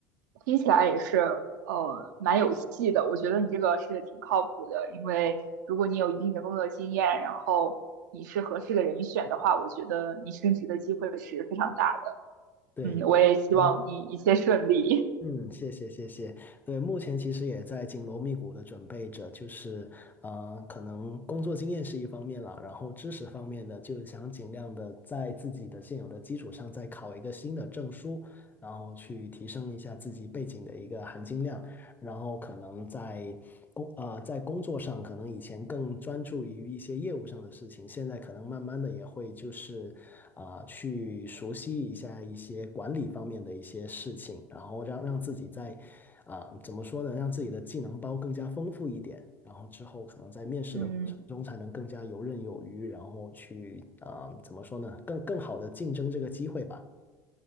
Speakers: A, on the right; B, on the left.
A: 听起来也是呃蛮有戏的。我觉得你这个是挺靠谱的，因为如果你有一定的工作经验，然后你是合适的人选的话，我觉得你升职的机会是非常大的。
B: 对，
A: 嗯，我也希望你一切顺利。
B: 嗯，嗯谢谢，谢谢。对，目前其实也在紧锣密鼓的准备着，就是呃，可能工作经验是一方面了，然后知识方面的，就是想尽量的在自己的现有的基础上再考一个新的证书，然后去提升一下自己背景的一个含金量。然后可能在工啊，在工作上，可能以前更专注于一些业务上的事情，现在可能慢慢的也会就是啊、去熟悉一下一些管理方面的一些事情，然后让让自己在啊、怎么说呢，让自己的技能包更加丰富一点，然后之后可能在面试的过程中才能更加游刃有余，
A: <laughs> 嗯
B: 然后去啊、怎么说呢，更更好的竞争这个机会吧。